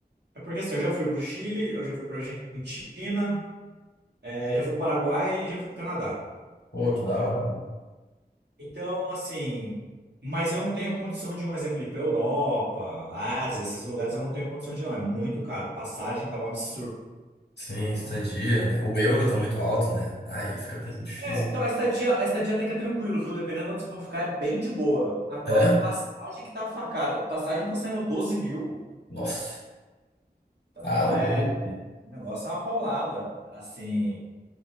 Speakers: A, on the right; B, on the left.
A: É porque assim, eu já fui pro Chile, eu já fui pra Argentina, é, já fui pro Paraguai e já fui pro Canadá.
B: Pô, que da
A: né?
B: hora. né?
A: Então, assim, mas eu não tenho condição de, um exemplo, ir para Europa, Ásia, esses lugares eu não tenho condição de ir, não. É muito caro. Passagem tá um absurdo.
B: Sim, estadia, né? O euro tá muito alto, né? Aí fica pe- difícil.
A: É, então a estadia, a estadia até que é tranquilo, viu? Dependendo de onde você for ficar, é bem de boa. Agora,
B: É?
A: passagem que tá facada. Passagem tá saindo doze mil.
B: Nossa.
A: Então
B: Tá louco.
A: é. O negócio é uma paulada. Assim.